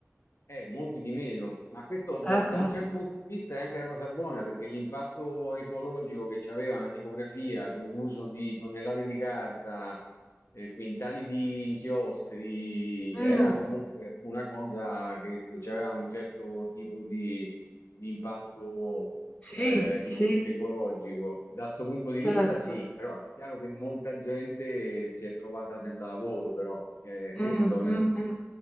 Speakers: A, on the left; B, on the left.
A: Eh, molti di meno, ma questo da,
B: Eh,
A: da un
B: eh.
A: certo punto di vista è anche una cosa buona perché l'impatto ecologico che c'aveva una tipografia con l'uso di tonnellate di carta, eh, quintali di inchiostri,
B: Mh,
A: era comunque una cosa che, che c'aveva un certo tipo di, di impatto
B: sì,
A: eh, e-
B: sì,
A: ecologico. Da questo punto di
B: certo.
A: vista, sì, però è chiaro che molta gente si è trovata senza lavoro, però eh,
B: Mh,
A: queste sono le,
B: mh, mh.